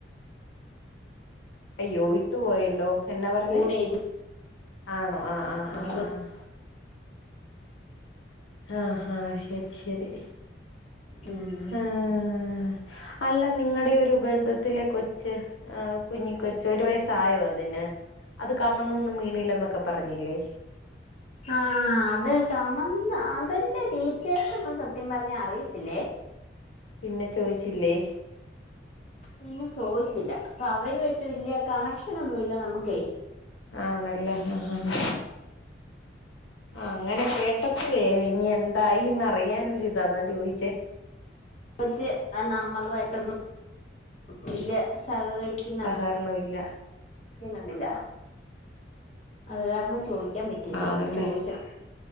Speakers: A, on the left; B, on the left.
A: അയ്യോ വിട്ടു പോയല്ലോ എന്നാ പറഞ്ഞേ
B: കൂടെ
A: ആണോ ആഹ് ആഹ്
B: എഴുന്നേക്കുന്നുണ്ട്
A: ആഹ് ആഹ് ആഹ് ആഹ് ശരി ശരി
B: ഉം
A: ആഹ് അല്ല നിങ്ങടെ ഒരു ബന്ധത്തിലേക്കൊച്ച് ആഹ് കുഞ്ഞി കൊച്ച് ഒരു വയസ്സായോ അതിന്? അത് കമന്നൊന്നും വീണില്ലാന്നൊക്കെ പറഞ്ഞില്ലേ
B: ആഹ് അത് കമന്ന് അതിൻ്റെ ഡീറ്റെയിൽസ് ഒന്നും സത്യം പറഞ്ഞാ അറിയത്തില്ലേ
A: പിന്നെ ചോയിച്ചില്ലേ?
B: പിന്നെ ചോദിച്ചില്ല ഇപ്പൊ അവരുമായിട്ട് വല്യ കണക്ഷനൊന്നുവില്ല നമ്മുക്കെ
A: ആന്നല്ലേ ആഹ് ആഹ് ആഹ് അങ്ങനെ കേട്ടപ്പഴേ ഇനി എന്തായീന്ന് അറിയാനൊരിത് അതാ ചോദിച്ചേ
B: പറ്റി നമ്മളുവായിട്ടൊന്നും വല്യ സഹകരിക്കുന്ന
A: സഹകരണം ഇല്ല
B: <unintelligible> അത് കാരണം ചോദിക്കാൻ പറ്റില്ലേ
A: ആണല്ലേ
B: ഇനി ചോദിക്കണം